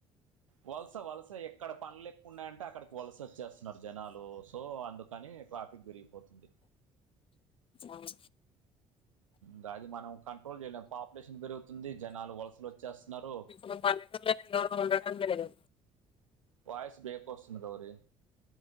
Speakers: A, on the right; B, on the left.
A: వలస వలస ఎక్కడ పనులు ఎక్కువ ఉన్నాయంటే అక్కడికి వలస వచ్చేస్తున్నారు జనాలు సో అండ్ కానీ ట్రాఫిక్ పెరిగిపోతుంది
B: అవును
A: గా అది మనం కంట్రోల్ చేయలేము పాపులేషన్ పెరుగుతుంది జనాలు వలసలు వచ్చేస్తున్నారు
B: మన పల్లెటూర్లో ఎవరు ఉండడం లేదు
A: వాయిస్ బ్రేక్ వస్తుంది గౌరీ